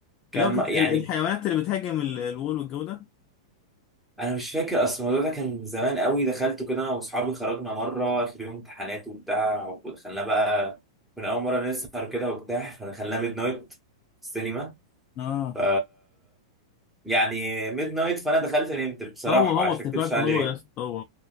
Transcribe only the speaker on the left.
اللي هو كانت-
ال- الحيوانات اللي بتهاجم ال- الوول والجو ده
اه
هو هو
افتكرته
هو يا اسطى هو